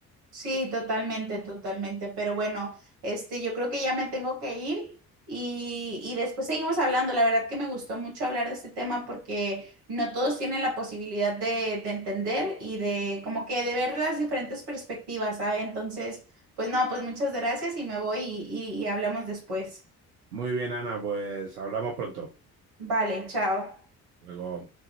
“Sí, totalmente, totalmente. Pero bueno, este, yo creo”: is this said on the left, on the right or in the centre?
Right